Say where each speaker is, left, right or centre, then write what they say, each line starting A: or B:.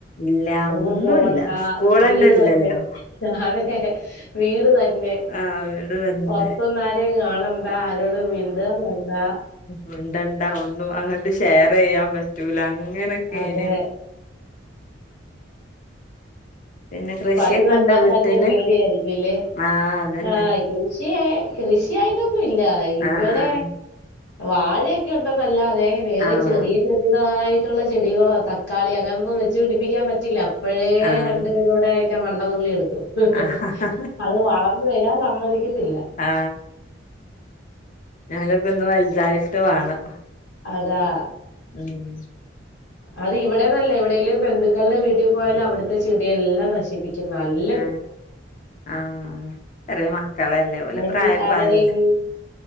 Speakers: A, on the left; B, on the left.
A: ഇല്ല
B: എങ്ങും
A: ഒന്നുല്ല
B: പോകണ്ട
A: സ്കൂളന്നെ
B: വീട്
A: ഇല്ലല്ലോ
B: തന്നെ ആതെ വീട് തന്നെ
A: ആഹ് വീട് തന്നെ
B: പൊറത്തുഒന്നും ആരേ കാണണ്ടാ, ആരോടും മിണ്ട വേണ്ടാ.
A: മി ണ്ടണ്ട ഒന്നും അങ്ങട്ട് ഷെയർ ചെയ്യാൻ പറ്റൂല, അങ്ങനൊക്കെ
B: അതെ
A: എന്. പിന്നെ കൃഷിയൊക്കെ
B: പനി വന്നാ
A: ഉണ്ടോ വീട്ടില്
B: തന്നെ പേടിയായിരിക്കുംല്ലേ
A: ആഹ് അതന്നെ
B: ആ കൃഷിയ കൃഷിയായിട്ടൊന്നും ഇല്ല ഇവിടെ
A: ആഹ് ആഹ്
B: വാഴയൊക്കെ ഉണ്ടെന്നല്ലാതെ വേറെ
A: ആഹ്
B: ചെറിയ ചെറിയതായ ചെടികളോ തക്കാളി അങ്ങനോന്നും വെച്ച് പിടിപ്പിക്കാൻ പറ്റില്ല അപ്പോഴേ
A: ആഹ്
B: രണ്ട് കൂടെ ന്റെ മണ്ടനുള്ളി എടുക്കും ഹ് ഹ്
A: ആഹ്
B: ഹാ അത് വളർന്ന് വെരാൻ സമ്മതിക്കത്തില്ല.
A: ആ. ഞാനൊക്കെ ഒന്ന് വൽതായിട്ട് വാണം.
B: അതാ..
A: <inaudible>
B: അത് ഇവിടെന്നല്ല എവിടെലും ബന്ധുക്കളുടെ വീട്ടിൽ പോയാലും അവിടുത്തെ ചെടിയെല്ലാം നശിപ്പി നൽ <unintelligible>
A: ആ ആ ചെറിയ മക്കളല്ലേ, ഓലെ
B: അനി
A: പ്രായപ
B: അതെ
A: അ ത് ല്ലെ.
B: ഇനി